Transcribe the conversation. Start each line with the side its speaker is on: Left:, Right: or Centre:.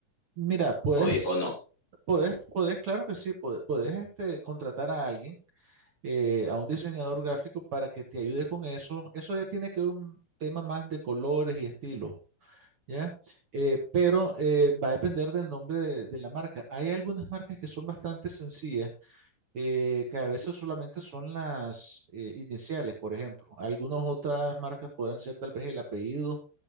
Right: Mira, puedes,
Left: o, o no.
Right: puedes, puedes, claro que sí, puedes, puedes este, contratar a alguien, eh, a un diseñador gráfico para que te ayude con eso. Eso ya tiene que ver un tema más de colores y estilo, ¿ya? Eh, pero eh, va a depender del nombre de, de la marca. Hay algunas marcas que son bastante sencillas, eh, que a veces solamente son las eh, iniciales, por ejemplo. Algunas otras marcas podrán ser tal vez el apellido